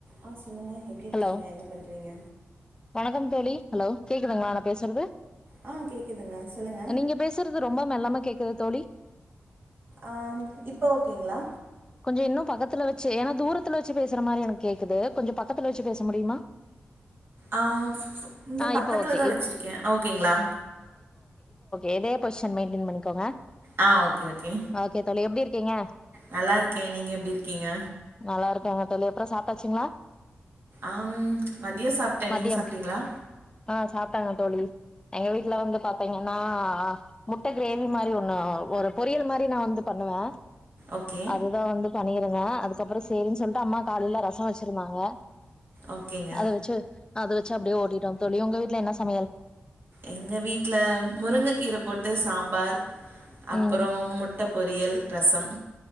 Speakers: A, on the right; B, on the left.
A: ஆ சொ ல்லுங்க எப்டி இருக்கீங்க
B: ஹலோ
A: என்ன பண்றீங்க
B: வணக்கம் தோழி ஹலோ கேக்குதுங்ளா நா பேசறது
A: ஆ கேக்குதுங்க சொல்லுங்க
B: நீங்க பேஸுறது ரொம்ப மெல்லமா கேக் <unintelligible> தோழி
A: ஆ இப்ப ஓகேங்ளா
B: கொஞ்சோ இன்னு பக்கத்துல வச்சு எனா தூரத் துல வச்சு பேசற மாரி எனக்கு கேக்குது கொஞ்ச பக்கத்துல வச்சு பேச முடியுமா
A: ஆ இங்க
B: ஆ
A: பக்கத்துலதா
B: இப்போ ஓகே
A: வெச்சிருக்கே ஓகேங்ளா
B: ஏதே பொசிஷன் மெியின்டைன் பண்ணிக்கோங்க
A: ஆ ஓகே ஓகே,
B: ஓகே தோழி எப்டி இருக்கீங்க
A: நல்லா இருக் கே, நீங்க எப்டி இருக்கீங்க?
B: நல்லா இருக்கோங்க தோழி அப்றோ சாப்டாச்சுங்ளா
A: ஆம் மதியம் சாப்ட்டே
B: மதியம்
A: நீங்க சாப்பிட்டீங்ளா
B: ஆ சாப்ட்டாங்க தோழி எங்க வீட்ல வந்து பாத்தீங்கன் னா, முட்ட கிரேவி மாரி ஒண்ணு ஒரு பொரியல் மாரி நா வந்து பண்ணுவே
A: ஓகே
B: அதுதான் வந்து பண்ணியிருந்தே அதுக்கப்றம் சேரின்னு சொல்லிட்டு அம்மா காலேல ரசம் வச்சிருந்தாங்க
A: ஓகேங்க
B: அத வச்சு அது வச்சு அப்டியே ஓட்டிடோம் தோழி உங்க வீட்ல என்ன சமையல்
A: எங்க வீட்ல முருங்க கீர போட்டு சாம்பார் அப்பறோ
B: ம்
A: முட்ட பொரியல் ரசம்